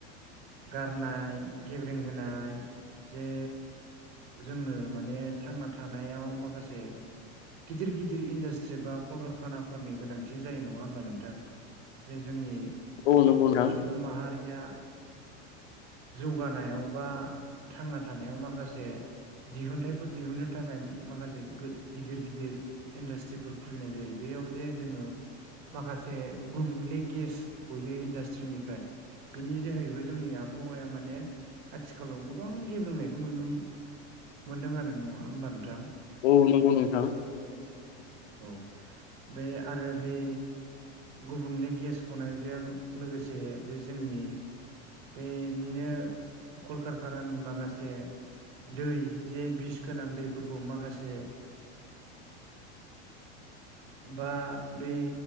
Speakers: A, on the right (about 45°); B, on the left (about 80°).
A: गारनाय गेब्रें होनाय जे जोंनो माने थांना थानायाव माखासे गिदिर गिदिर इन्डासट्रिफ्रा कलखार फानाफोरनि गोनांथि जायो नंङा होमबा नोंथां? जे जोंनि
B: औ नंगौ नोंथां
A: सुबुं माहारिया
B: <inaudible>
A: जौगानायाव बा थांना थानायाव माखासे दिहुनथाइफोर दिहुननो थाखाय माखासे गो गिदिर गिदिर इन्डास्ट्रिफोर खुलिनाय जायो। बेयाव जे जोङो माखासे गुबुंले गेस गयो इन्डास्ट्रिनिफ्राय बिनि जोहैबो जोंनि आबहावाया माने आथिखालाव गोबां गेब्रेंनायखौ नुनो मोनदों आरो नङा होमबा नोंथां?
B: औ नंगौ नोंथां।
A: औ बे आरो बे गुबुंले गेस गनायजों लोगोसे बे जोंनि बेनिनो कलकारखानानि माखासे दै जे बिस गोनां दैफोरखौ माखासे बा बे